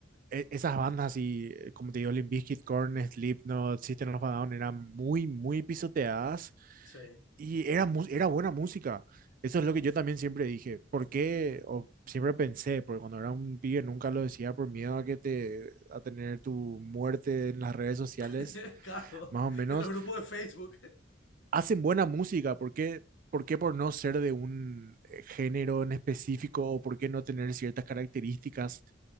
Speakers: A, on the right; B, on the left.
A: e- esas bandas así, eh, como te digo, Limp Bizkit, Korn, Slipknot, System of a Down, eran muy, muy pisoteadas
B: Sí.
A: y era, mu- era buena música. Eso es lo que yo también siempre dije. ¿Por qué? O siempre pensé, porque cuando era un pibe nunca lo decía por miedo a que te, a tener tu muerte en las redes sociales,
B: <laughs> Claro,
A: más o menos
B: en los grupos de Facebook.
A: hacen buena música, ¿por qué, por qué por no ser de un eh, género en específico o por qué no tener ciertas características,